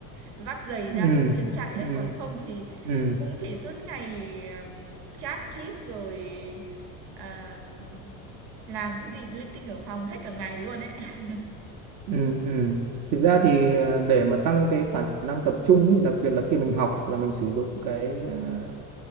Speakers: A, on the right; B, on the right.
A: vác giày ra
B: Ừ.
A: công viên chạy đấy
B: Ừ.
A: Còn không thì
B: Ừ.
A: cũng chỉ suốt ngày um, chat chít rồi à, làm cái gì linh tinh ở phòng hết cả ngày luôn ấy <laughs>
B: Ừ. Ừ. Thực ra thì à, để mà tăng cái khả năng tập trung ý, đặc biệt là khi mình học là mình sử dụng cái à,